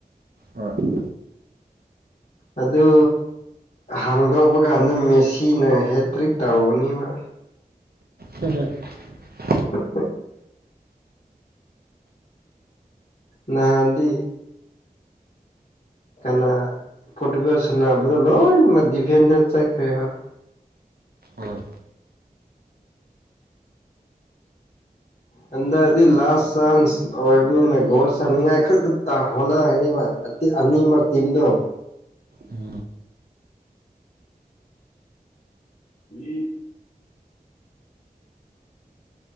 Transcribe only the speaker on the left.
ꯑꯗꯨ ꯍꯥꯡꯗꯣꯛꯄꯒ ꯑꯗꯨꯝ ꯃꯦꯁꯤꯅ ꯍꯦꯇ꯭ꯔꯤꯛ ꯇꯧꯅꯤꯕ
ꯑ <inaudible> ꯅꯍꯥꯟꯗꯤ ꯀꯅꯥ ꯄꯣꯔꯇꯨꯒꯜ ꯁꯅꯥꯕꯗ ꯂꯣꯏ ꯗꯤꯐꯦꯟꯗ ꯆꯠꯈ꯭ꯔꯦꯕ
ꯍꯟꯗꯛꯗꯤ ꯂꯥꯁ ꯆꯥꯟꯁ ꯑꯣꯏꯕꯅꯤꯅ ꯒꯣꯜ ꯆꯥꯟꯅꯤꯡꯉꯥꯏ ꯈꯛꯇ ꯍꯣꯠꯅꯒꯅꯤꯕ ꯑꯅꯤꯃꯛ ꯇꯤꯝꯗꯣ
ꯎꯝ <unintelligible>